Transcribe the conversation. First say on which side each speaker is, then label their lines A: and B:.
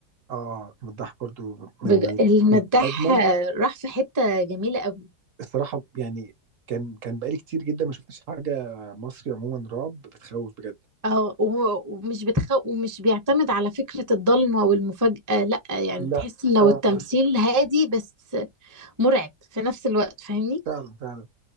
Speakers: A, on the right (about 60°); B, on the right (about 20°).
A: اه مداح برضو من
B: بج- المداح
A: من اجمل
B: راح في حتة جميلة قوي
A: الصراحه يعني كان كان بقالي كتير جدا ما شفتش حاجه مصري عموما رعب بتخوف بجد
B: اه و- ومش بتخ... ومش بيعتمد على فكرة الضلمة والمفاجأة لا يعني
A: لا
B: تحس ان لو
A: اه
B: التمثيل
A: آه،
B: هادي بس مرعب في نفس الوقت فاهمني
A: فعلا فعلا